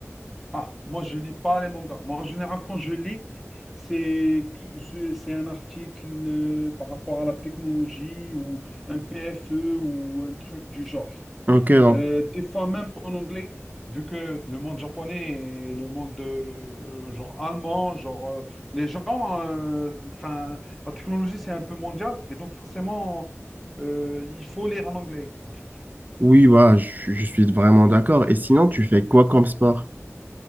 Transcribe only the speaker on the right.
Ok, donc
oui, voilà, je je suis vraiment d'accord. Et sinon, tu fais quoi comme sport?